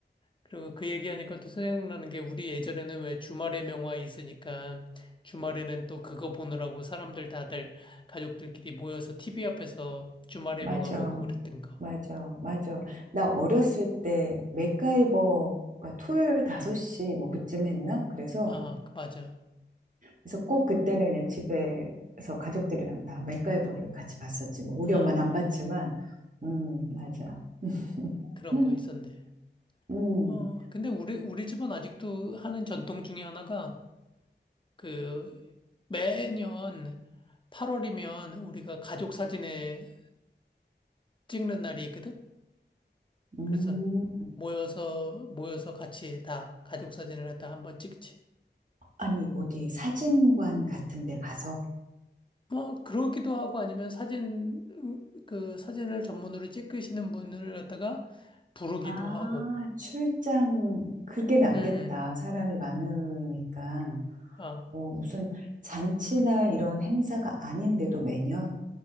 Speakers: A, on the left; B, on the right.
A: 그리고 그 얘기하니까 또 생각나는 게 우리 예전에는 왜 주말의 명화에 있으니까 주말에는 또 그거 보느라고 사람들 다들 가족들끼리 모여서 TV 앞에서 주말의
B: 맞아.
A: 명화 보고 그랬던 거.
B: 맞아. 맞아.
A: 음.
B: 나 어렸을 때 맥가이버가 토요일 5시 뭐 그쯤 했나? 그래서
A: 아, 그- 맞아.
B: 그래서 꼭 그때는 그냥 집에서 가족들이랑 다 맥가이버를 같이 봤었지. 뭐 우리
A: 아,
B: 엄마는 안 봤지만 음, 맞아. <laughs>
A: 그런
B: 음.
A: 거 있었네.
B: 음.
A: 어, 근데 우리, 우리 집은 아직도 하는 전통 중에 하나가 그 매년 8월이면 우리가 가족 사진에 찍는 날이 있거든?
B: 음.
A: 그래서 모여서 모여서 같이 다 가족 사진을 갖다 한번 찍지.
B: 아니, 어디 사진관 같은 데 가서
A: 뭐 그러기도 하고 아니면 사진 음, 그 사진을 전문으로 찍으시는 분을 갖다가 부르기도
B: 아,
A: 하고.
B: 출장 그게 낫겠다.
A: 음. 음.
B: 사람이 많으니까.
A: 아,
B: 어, 무슨 잔치나 이런 행사가 아닌데도 매년?